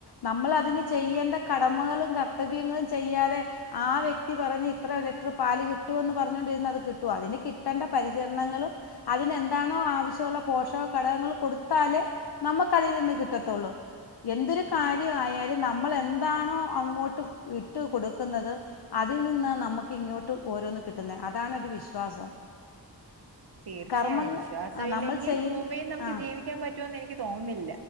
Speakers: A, on the left; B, on the right.
A: നമ്മളതിന് ചെയ്യേണ്ട കടമകളും കർത്തവ്യങ്ങളും ചെയ്യാതെ ആ വ്യക്തി പറഞ്ഞ് ഇത്ര ലിറ്റർ പാല് കിട്ടുവെന്ന് പറഞ്ഞോണ്ടിരുന്ന അത് കിട്ടുവാ അതിന് കിട്ടണ്ട പരി- ജിർണങ്ങളും അതിനെന്താണോ ആവശ്യവൊള്ള പോഷക- ഘടകങ്ങൾ കൊടുത്താലേ നമ്മക്ക് അതിനിന്ന് കിട്ടത്തൊള്ളൂ എന്തൊരു കാര്യ ആയാലും നമ്മൾ എന്താണോ അങ്ങോട്ട് ഇട്ട് കൊടുക്കുന്നത് അതിൽ നിന്നനമക്ക് ഇങ്ങോട്ട് ഓരോന്ന് കി- <unintelligible> അതാണൊരു വിശ്വാസം
B: തീർച്ചയായും
A: കർമ്മങ്ങൾ
B: വിശ്വാസവില്ലെങ്കി
A: ആ നമ്മൾ ചെയ്യും
B: ഭൂമിയി നമുക്ക്
A: ആ
B: ജീവിക്കാൻ പറ്റൂന്ന് എനിക്ക് തോന്നുന്നി-